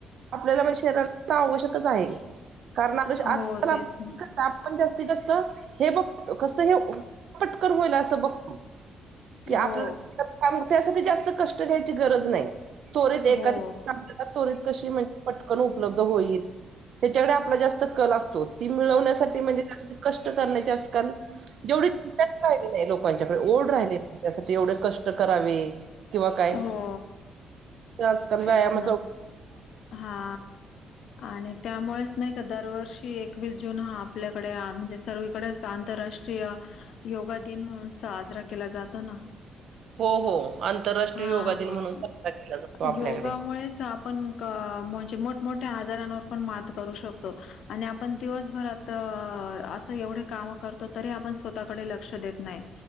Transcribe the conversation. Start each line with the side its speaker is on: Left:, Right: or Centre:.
Right: आपल्याला म्हणजे शरीरा आवश्यकच आहे कारण आपल्या
Left: हो
Right: आजकाल आप
Left: तेच ना
Right: पण जास्तीत जास्त हे बघ कस हे पटकरन होईल असं बघत. कि आपल्या
Left: हो
Right: त्यासाठी जास्त कष्ट घ्यायची गरज नाही त्वरित एखादी.
Left: हो
Right: त्वरत कशी म्हणजे पटकन उपलब्ध होईल. त्याच्याकडे आपला जास्त कल असतो ती मिळवण्यासाठी म्हणजे त्यासाठी कष्ट करण्याच्या. जेवढी चि राहिली नाही लोकांच्याकडे ओढ राहिलेली नाही. त्यासाठी एवढे कष्ट करावे किंवा काय
Left: हो
Right: आजकाल
Left: तेच
Right: व्यायामाच.
Left: ना हा. आणि त्यामुळेच नाही का दरवर्षी एकवीस जून हा आपल्याकडे म्हणजे सर्वीकडेच. आंतरराष्ट्रीय योगा दिन म्हणून साजरा केला जातो ना.
Right: हो हो आंतरराष्ट्रीय
Left: हा
Right: योगा दिन
Left: हा,
Right: म्हणून साजरा केला जातो आपल्याकडे
Left: योगामुळेच आपण. अ म्हणजे मोठमोठ्या आजारांवर पण मात करू शकतो. आणि आपण दिवसभरात असं एवढे काम करतो तरी आपण स्वतःकडे लक्ष देत नाही.